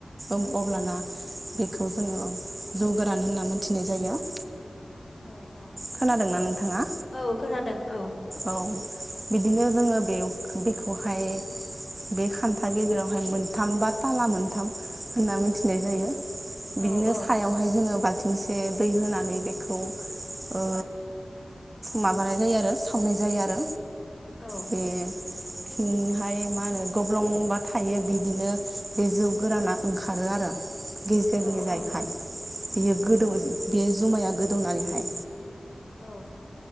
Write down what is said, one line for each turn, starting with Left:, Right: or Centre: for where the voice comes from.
Right: ओम
Left: औ
Right: अब्लाना बेखौ जोङो जौ गोरान होनना मोनथिनाय जायो।
Left: औ औ
Right: खोनादोंना नोंथाङा?
Left: औ खोनादों औ।
Right: औ बिदिनो जोङो बे बेखौहाय। बे खान्था गेजेरावहाय मोनथाम बा ताला मोनथाम होनना मिथिनाय जायो। बिदिनो
Left: औ औ
Right: सायावहाय जोङो बा थिंसे दैहोनानै बेखौ ओ माबानायजायोआरो सा खावनाय जायो आरो
Left: औ
Right: बे थिंहाय मा होनो गब्लंबा थायो बिदिनो बे जौ गोराना ओंखारो आरो। गेजेर
Left: औ
Right: गेजेरहाय
Left: औ
Right: बियो गोदौ बे जुमाया गोदौनानैहाय
Left: औ।